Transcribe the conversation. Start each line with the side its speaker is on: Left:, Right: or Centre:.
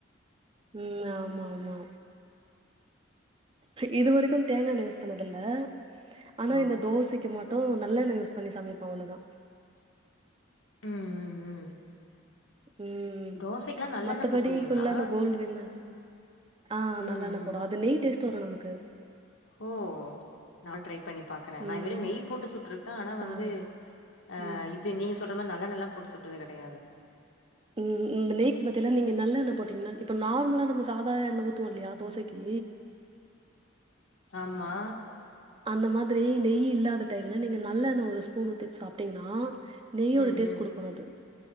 Right: ம் ஆமாமாமா இது வரைக்கு தேங்கா எண்ணெ யூஸ் பண்ணதில்ல ஆனா
Left: ஓ
Right: இந்த தோசைக்கு மட் டு நல்லண்ண யூஸ் பண்ணி சமைப்போ அவ்ளதா
Left: ம் ம் ம்
Right: ம்
Left: தோசைக்கெல்லா நல்லெண்ண
Right: மத்தபடி
Left: போடுவீங்களா
Right: ஃபுல்லா இந்த கோல்டு வின்னர்சு ஆ
Left: ம்
Right: நல்லண்ணா
Left: ம்
Right: போடு அது நெய் டேஸ்ட் வரு நமக்கு
Left: ஓ நா ட்ரை பண்ணி பாக்றே
Right: ம்
Left: நா வெரு நெய் போட்டு சுட்ருக்கே ஆனா
Right: பாருங்க
Left: வந்து ஆ
Right: ம்
Left: இது நீங்க சொல்ற மாறி நல்லண்ணலா போட்டு சுட்டது கெடையாது
Right: ம் ம் இந்த நெய்க் பதிலா நீங்க நல்லண்ண போட்டீங்கன்னா இப்ப நார்மலா நம சாதா எண்ண ஊத்துவோ இல்லையா தோசைக் கி
Left: ஆம்மா
Right: அந்த மாதிரி நெய் இல்லாத டைம்ல நீங்க நல்லண்ண ஒரு ஸ்பூன் ஊத்திட் சாப்ட்டீங்கன்னா நெய்யோட
Left: ம்
Right: டேஸ்ட்
Left: ம்
Right: குடுக்கு அது